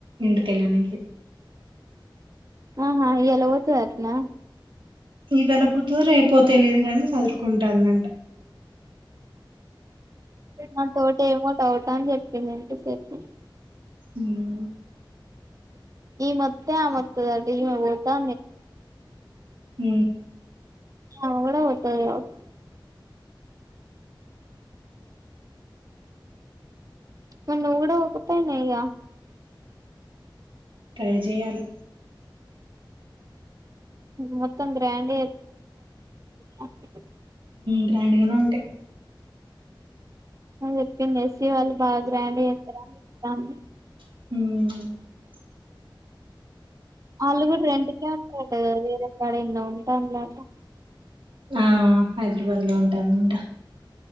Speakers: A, on the right; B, on the right.
A: ఇంటిక వెళ్ళనికి
B: ఆహా ఇలా వతున్నా
A: ఈ వెళ పతుందో రేపోతే లేదు కానీ చదురుకుంటుందంట
B: నా తోట ఏమో డౌట అని చెప్పింది ఏంతసేపు
A: ఉమ్
B: ఈ మత్తే ఆ మత్తద ఓతా
A: హ
B: <unintelligible> మరి నువ్వు కూడ ఒక్కదనివే గ
A: ట్రై చేయాలి
B: మత్తం గ్రాండ <unintelligible>
A: గ్రాండ్గానే ఉంటాయి
B: చెప్పతుంది ఎస్సి వాళ్ళు బాగా గ్రాండ్ <unintelligible>
A: హు
B: వాళ్ళు కూడ రెంట్కే ఉంటారు కదా వేరే కాడ ఎన్నో ఉంటాంలాంట
A: ఆ హైదరాబాద్ లో ఉంటారాంట